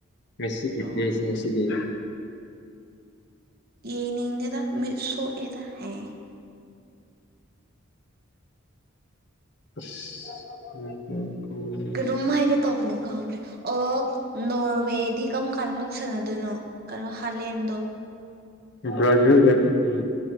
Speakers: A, on the left; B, on the right.
A: ꯉꯁꯤꯒꯤ
B: ꯑꯣ
A: ꯄ꯭ꯂꯦꯁꯤꯡ ꯑꯁꯤꯗꯤ <inaudible>
B: ꯌꯦ ꯅꯗꯦꯗ ꯃꯤ ꯁꯣ ꯑꯦꯗ ꯍꯦ
A: ꯎ ꯎꯝ ꯎꯝ
B: ꯀꯩꯅꯣꯝ ꯍꯥꯏꯒꯦ ꯇꯧꯕꯅꯦ ꯀꯥꯎꯈ꯭ꯔꯦ ꯑꯣ ꯅꯣꯔꯋꯦꯗꯤ ꯀꯔꯝ ꯀꯥꯟꯅ ꯃꯨꯛ ꯁꯥꯟꯅꯗꯣꯏꯅꯣ ꯀꯩꯅꯣ ꯍꯥꯂꯦꯟ ꯍꯗ
A: ꯕ꯭ꯔꯥꯖꯤꯒ ꯎꯝ